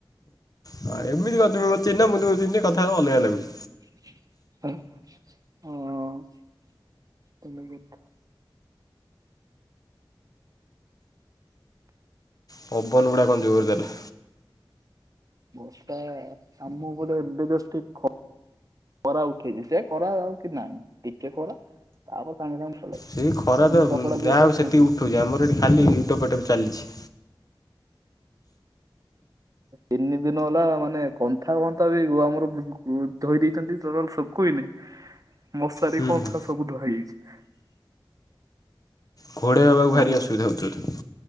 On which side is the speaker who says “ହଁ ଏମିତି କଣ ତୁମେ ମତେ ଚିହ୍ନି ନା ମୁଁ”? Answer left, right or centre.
Left